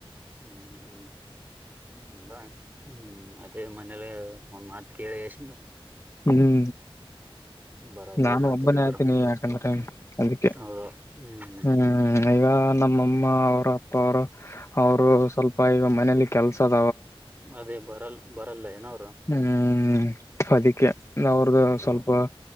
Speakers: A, on the right; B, on the left.
A: ಹ್ಮ್ ಹ್ಮ್ ಬ ಹ್ಮ್ ಅದೇ ಮನೆಲೆ ಫೋನ್ ಮಾಡ್ ಕೇಳೆ ಎಶಿಂದ.
B: ಹ್ಮ್
A: ಬರ
B: ನಾನು
A: ಓಮ್ ಅಂತ
B: ಒಬ್ಬನೇ
A: ಇಬ್ರು
B: ಅಕಿನಿ ಯಾಕಂದ್ರೆ ಅದಕ್ಕೆ
A: ಹೌದು ಹ್ಮ್
B: ಹ್ಮ್ ಇವಗ ನಮ್ ಮಮ್ ಮ್ಮ ಅವ್ರ್ ಅಪ್ಪ ಅವ್ರ. ಅವ್ರು ಸ್ವಲ್ಪ ಈಗಮ್ ಮನೆಲಿ ಕೆಲ್ಸದ್
A: ಮದ್ವೆಗ್ ಬರಲ್ ಬರಲ್ಲ ಏನ್ ಅವ್ರು.
B: ಹ್ಮ್ ಫದಿಕ್ಕೆ ಅವ್ರ್ದ
A: ಹ್ಮ್
B: ಸ್ವಲ್ಪ.
A: ಹ್ಮ್